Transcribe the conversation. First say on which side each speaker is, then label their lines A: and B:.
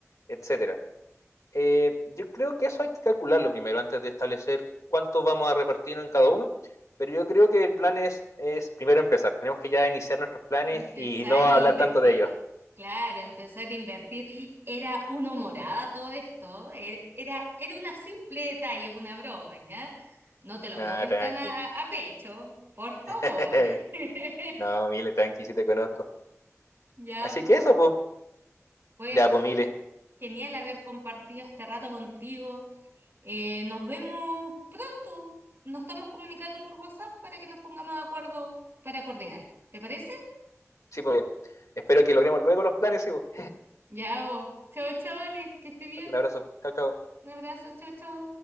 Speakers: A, on the left; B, on the right.
A: etcétera. Eh, yo creo que eso hay que calcularlo primero antes de establecer cuánto vamos a repartir en cada uno, pero yo creo que el plan es, es primero empezar. Tenemos que ya iniciar nuestros planes
B: Empezar
A: y no
B: a
A: hablar
B: invertir.
A: tanto de ellos.
B: Claro, empezar a invertir. Era una humorada todo esto. Era, era era una simple detalle, una broma, ¿ya? No te lo
A: Ah,
B: tomes
A: tranqui.
B: tan a, a pecho, por favor.
A: <laughs>
B: <laughs>
A: no, Mile, tranqui, sí te conozco.
B: Ya,
A: Así
B: po.
A: que eso, pues.
B: pues,
A: Ya, pues, Mile.
B: genial haber compartido este rato contigo. Eh, nos vemos pronto. Nos estamos comunicando por WhatsApp para que nos pongamos de acuerdo para coordinar. ¿Te parece?
A: Sí, pues. Espero que logremos luego los planes, sí, pues.
B: Ya, po. Chau, chavales, que estés bien.
A: <laughs> Un abrazo. Chao, chao.
B: Un abrazo, chao, chao.